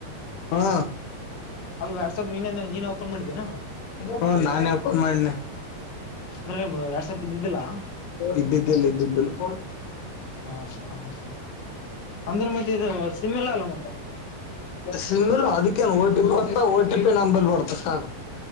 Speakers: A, on the left; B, on the left.
A: ಹಾ
B: ಅದು ವಾಟ್ಸಪ್ ನೀನೇ ನೀನ್ ಓಪನ್ ಮಾಡಿದ್ದೇನಾ
A: ಹ್ಮ ನಾನೇ ಓಪನ್ ಮಾಡನೆ
B: ಅಂದ್ರೆ ವಾಟ್ಸಪ್ ಇದ್ದಿದ್ದಿಲ್ಲ
A: ಇದ್ದಿದ್ದಲ್ಲ ಇದ್ದಿದ್ದಿಲ್ಲ <inaudible>
B: ಹ ಹ ಅಂದ್ರೆ ಮತ್ತೆ ಇದು ಸಿಮ್ ಇಲ್ಲ ಅಲ್ಲ ಮತ್ತೆ
A: ಸಿಮ್ಮಲ್ ಅದಕ್ಕೇನ್ ಓಟಿ ಪಿ ಹೊತ್ತ ಓಟಿ ಪಿ ನಂಬಲ್ ಬರ್ತ ಸಾ